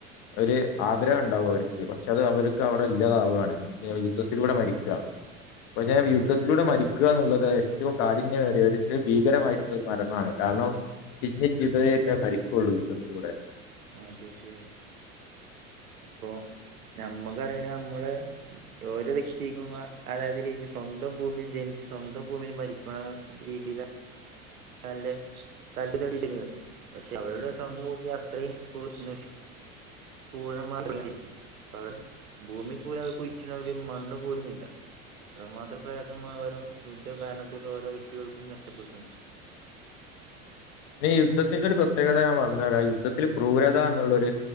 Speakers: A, on the left (about 40°); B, on the right (about 85°).
A: ഒരു ആഗ്രഹം ഉണ്ടാവും അവർക്ക് പക്ഷെ അത് അവർക്ക് അവിടെ ഇല്ലാതാവുകയാണ് യുദ്ധത്തിലൂടെ
B: തീർച്ചയായും
A: മരിക്കുക അൊ ഞാൻ യുദ്ധത്തിലൂടെ മരിക്കുക എന്നുള്ളത് ഏറ്റവും കാഠിന്യമായി ത്ത് ഭീകരമായിട്ടുള്ള ഒരു മരണമാണ് കാരണം തിഞ്ഞ ചിതയൊക്കെ മരിക്കയുള്ളൂ യുദ്ധത്തിലൂടെ
B: ആ തീർച്ചയായും ഇപ്പൊ നമ്മക്ക് പറണ നമ്മള് ഓരോ വ്യക്തിക്കും അതായത് രീതി സ്വന്തം ഭൂമിയിൽ ജനിച്ച്ു സ്വന്തം ഭൂമയിൽ മരിക്കുന്ന രീതിയില നല്ലേ താല്പര്യ കളിച്ചിരുന്നു പക്ഷെ അവരുടെ സ്വന്തമൂമ്യ അത്രയും നികൂരമാക്ക അ അവ ഭൂമിയിൽ പോല അവർക്ക് ഇച്ചണ ഒരു മണ്ണ് പോലുമില്ല ഇത്രമാത്രം പ്രയാസമാണ് ഓരോ യുദ്ധ കാരണത്തിലൽ ഓരോ വ്യക്തികൾക്കും നഷ്ടപ്പെടുത്തുന്നത്
A: ഇനി യുദ്ധത്തിന്റെ ഒരു പ്രത്യേകത ഞാൻ പറഞ്ഞുരാ യുദ്ധത്തിൽ ക്രൂരത എന്നുള്ളരു